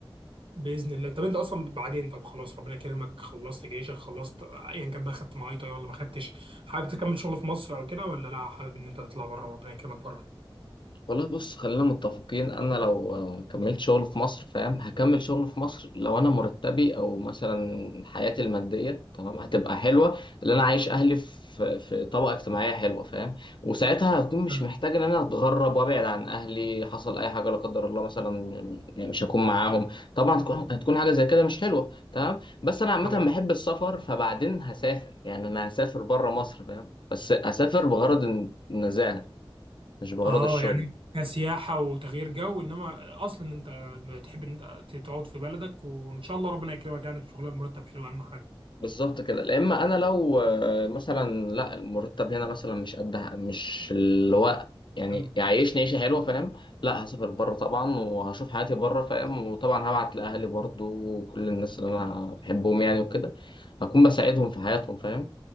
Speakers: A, on the right (about 70°); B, on the left (about 60°).
A: باذن الله طب انت اصلا بعدين طب خلاص ربنا كرمك خلصت جيشك خلصت ايا كان بقى خدت معايطه ولا ما خدتش حابب تكمل شغل في مصر او كده ولا لا حابب ان انت تطلع بره وربنا يكرمك بره
B: والله بص خلينا متفقين انا لو آه، كملت شغل في مصر فاهم هكمل شغل في مصر لو انا مرتبي او مثلا حياتي الماديه تمام هتبقى حلوه اللي انا عايش اهلي في في طبقه اجتماعيه حلوه فاهم وساعتها هكون مش
A: تمام.
B: محتاج ان انا اتغرب وابعد عن اهلي حصل اي حاجه لا قدر الله مثلا يعني مش هكون معاهم طبعا هتكون هتكون حاجه زي كده مش حلوه تمام بس انا عامه
A: طبعا
B: بحب السفر فبعدين هسافر يعني انا هسافر بره مصر فاهم بس اسافر بغرض النزاهه مش بغرض
A: اه
B: الشغل
A: يعني كسياحه وتغيير جو انما اصلا انت بتحب ان انت تقعد في بلدك وان شاء الله ربنا يكرمك يعني بشغلانه مرتب حلو اهم
B: بالظبط كده لا اما انا لو آه، مثلا لا المرتب هنا مثلا مش قد مش الوقت يعني
A: حاجه
B: يعيشني عيشه حلوه فاهم لا هسافر بره طبعا وهشوف حياتي بره فاهم وطبعا هبعت لاهلي برضو وكل الناس اللي انا بحبهم يعني وكده هكون بساعدهم في حياتهم فاهم